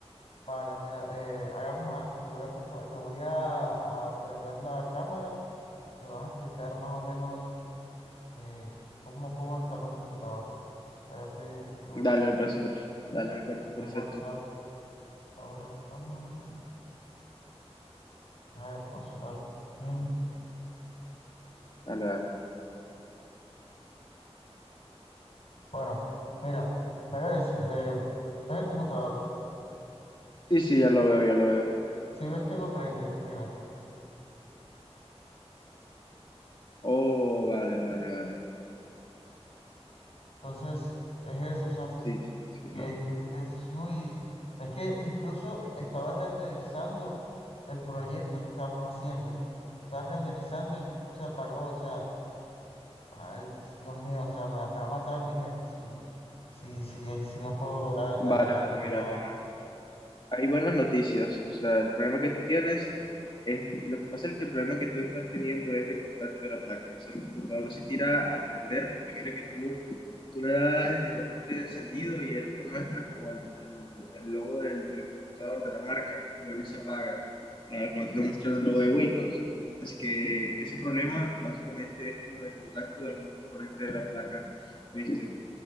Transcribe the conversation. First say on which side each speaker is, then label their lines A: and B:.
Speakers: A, on the left; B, on the left.
A: vale, mira, eh, hagamos algo. Te voy a, compa- te voy a, a prender la cámara y me vas a explicar más o menos eh, cómo, cómo destapa el computador. Espérate, yo
B: Dale,
A: aquí,
B: me
A: en
B: parece perfecto. Dale, me parece
A: aquí
B: perfecto.
A: en WhatsApp abro la cámara. Deja, ya pongo el celular. Bien.
B: Dale, dale.
A: Bueno, mira, ¿me ves? Eh, ¿ves el computador?
B: Sí, sí, ya lo veo, ya lo veo.
A: Si ves que no prende, mira.
B: Oh, vale, vale, vale.
A: Entonces, es eso, o sea,
B: Sí, sí, sí,
A: que
B: no.
A: es, es muy... Es que incluso estaba renderizando el proyecto que estamos haciendo. Estaba renderizando y se apagó. O sea, ay, Dios mío, o sea, me, va me va a matar mi jefe si, si, si, si no puedo lograr
B: Vale,
A: arreglar
B: vale,
A: el computador.
B: mira, mira. hay buenas noticias, o sea, el problema que tú tienes es, lo que pasa es que el problema que tú estás teniendo es de contacto de la placa, o sea, el computador se tira a prender porque mira que tú, tú le das el botón de encendido y él te muestra como el, el- el logo del, del computador de la marca y vuelve y se apaga, ¿sabes? No te está mostrando el logo de Windows. Así que ese problema básicamente es como de contacto de algún componente de la placa, ¿viste?